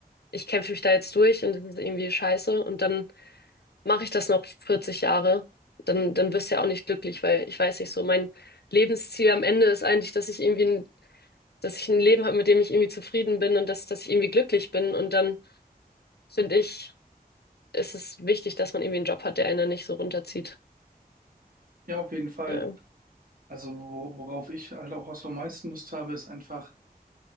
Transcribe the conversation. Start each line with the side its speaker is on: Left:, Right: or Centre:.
Left: ich kämpfe mich da jetzt durch und das ist irgendwie scheiße und dann mache ich das noch 40 Jahre. Dann, dann wirst du ja auch nicht glücklich, weil ich weiß nicht so, mein Lebensziel am Ende ist eigentlich, dass ich irgendwie ein dass ich ein Leben habe, mit dem ich irgendwie zufrieden bin und dass, dass ich irgendwie glücklich bin. Und dann finde ich, ist es wichtig, dass man irgendwie einen Job hat, der einen nicht so runterzieht.
Right: Ja, auf jeden Fall.
Left: Ja,
Right: Also wo, worauf ich halt auch so am meisten Lust habe, ist einfach